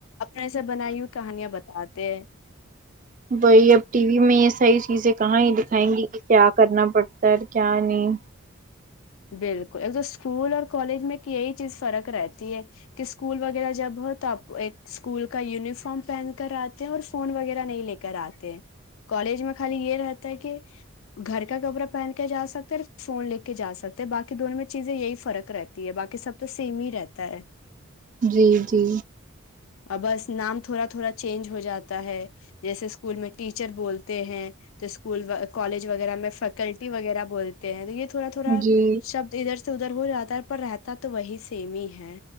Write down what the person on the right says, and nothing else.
وہی اب ٹی وی میں یہ صحیح چیزیں کہاں ہی دکھائیں گی کہ کیا کرنا پڑتا ہے کیا نہیں
جی جی
جی